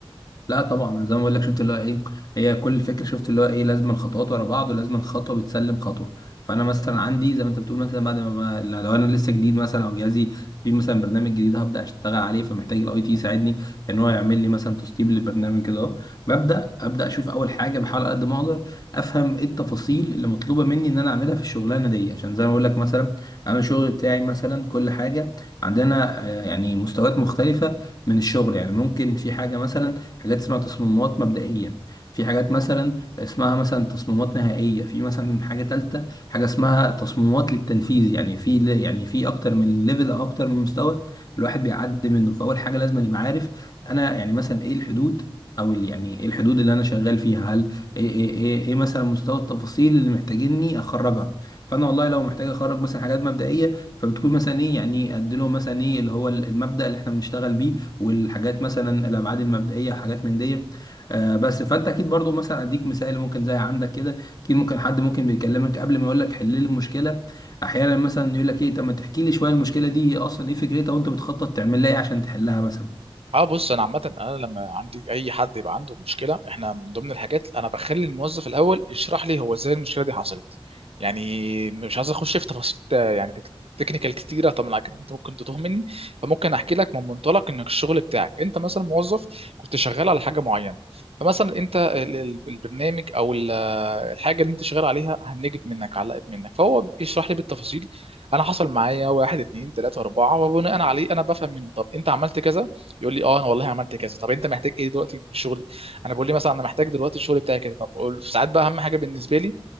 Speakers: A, on the left; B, on the right.
A: لا طبعا أنا زي ما بقول لك شفت اللي هو ايه هي كل الفكره شفت اللي هو ايه لازم خطوات ورا بعض ولازم خطوه بتسلم خطوه فانا مثلا عندي زي ما انت بتقول مثلا بعد ما ب- لو انا لسه جديد مثلا او جهازي في مثلا برنامج جديد هبدا اشتغل عليه فمحتاج الاي تي يساعدني ان هو يعمل لي مثلا تسطيب للبرنامج كده اهو ببدا ابدا اشوف اول حاجه بحاول على قد ما اقدر افهم ايه التفاصيل اللي مطلوبه مني ان انا اعملها في الشغلانه دي عشان زي ما بقول لك مثلا انا الشغل بتاعي مثلا كل حاجه عندنا آه، يعني مستويات مختلفه من الشغل يعني ممكن في حاجه مثلا حاجات اسمها تصميمات مبدئية في حاجات مثلا اسمها مثلا تصميمات نهائية في مثلا حاجة تالتة حاجة اسمها تصميمات للتنفيذ يعني في يعني في أكتر من ليفل أو أكتر من مستوى الواحد بيعدي منه فأول حاجة لازم يبقى عارف أنا يعني مثلا إيه الحدود او ال- يعني ايه الحدود اللي انا شغال فيها هل ايه ايه ايه, إيه مثلا مستوى التفاصيل اللي محتاجيني اخرجها فانا والله لو محتاج اخرج مثلا حاجات مبدئيه فبتكون مثلا ايه يعني ادي لهم مثلا ايه اللي هو المبدأ اللي احنا بنشتغل بيه والحاجات مثلا الابعاد المبدئيه وحاجات من دي آه، بس فانت اكيد برضو مثلا اديك مثال ممكن زي عندك كده اكيد ممكن حد ممكن بيكلمك قبل ما يقول لك حل لي المشكله احيانا مثلا يقول لك ايه طب ما تحكي لي شويه المشكله دي اصلا ايه فكرتها وانت بتخطط تعمل لها ايه عشان تحلها مثلا
B: اه بص انا عامه انا لما عندي اي حد يبقى عنده مشكله احنا من ضمن الحاجات انا بخلي الموظف الاول يشرح لي هو ازاي المشكله دي حصلت يعني مش عايز اخش في تفاصيل آه، يعني تك- تكنيكال كتيره طبعا أكيد انت ممكن تتوه مني فممكن احكي لك من منطلق انك الشغل بتاعك انت مثلا موظف كنت شغال على حاجه معينه فمثلا انت ال- ال- البرنامج او ال- آه، الحاجه اللي انت شغال عليها هنجت منك علقت منك فهو بيشرح لي بالتفاصيل انا حصل معايا واحد اتنين تلاته اربعه وبناء عليه انا بفهم منه طب انت عملت كذا يقول لي اه انا والله عملت كذا طب انت محتاج ايه دلوقتي من الشغل انا بقول لي مثلا انا محتاج دلوقتي الشغل بتاعي كذا طب أقول- ساعات بقى اهم حاجه بالنسبه لي